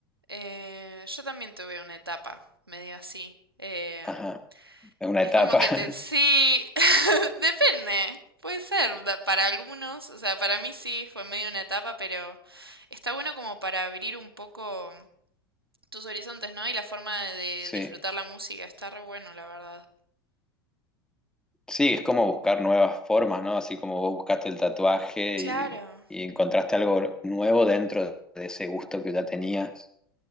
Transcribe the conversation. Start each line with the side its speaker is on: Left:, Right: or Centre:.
Right: Eh, yo también tuve una etapa medio así. Em,
Centre: Ajá, es una
Right: Es
Centre: etapa,
Right: como
Centre: <laughs>
Right: que te... Sí, <laughs> depende. Puede ser da- para algunos, o sea, para mí sí, fue medio una etapa, pero está bueno como para abrir un poco tus horizontes, ¿no? Y la forma de
Centre: sí.
Right: disfrutar la música, está re bueno, la verdad.
Centre: Sí, es como buscar nuevas formas, ¿no? Así como vos buscaste el tatuaje
Right: Claro.
Centre: y, y encontraste algo nuevo dentro de ese gusto que ya tenías.